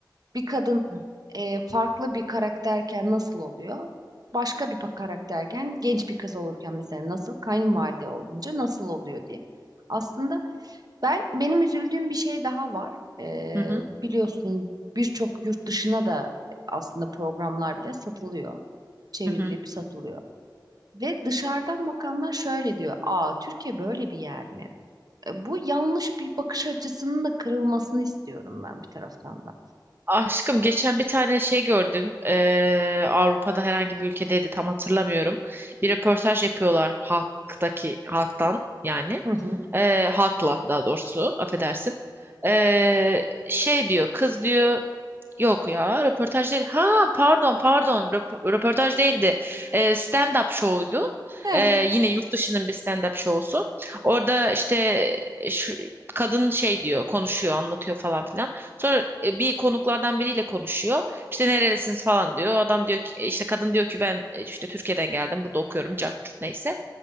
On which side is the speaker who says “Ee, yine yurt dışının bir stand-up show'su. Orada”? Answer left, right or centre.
Right